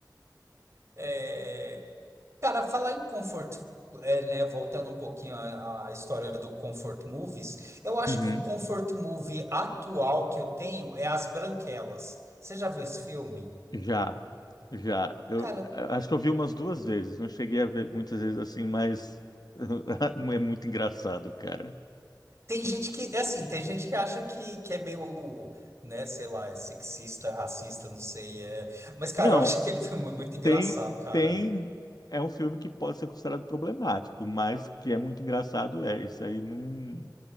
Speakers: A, on the right; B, on the left.
A: É, Cara, falar em comfort, é, né, voltando um pouquinho à, à história do comfort movies, eu acho
B: uhum,
A: que um comfort movie atual que eu tenho é As Branquelas. Você já viu esse filme?
B: já. Já, eu
A: Cara,
B: a- acho que eu vi umas duas vezes, não cheguei a ver muitas vezes assim, mas <laughs> é muito engraçado, cara.
A: tem gente que, é assim, tem gente que acha que, que é meio, né, sei lá, é sexista, racista, não sei, é... Mas, cara,
B: Não,
A: eu acho aquele filme muito engraçado,
B: tem,
A: cara.
B: tem, é um filme que pode ser considerado problemático, mas que é muito engraçado, é, isso aí não,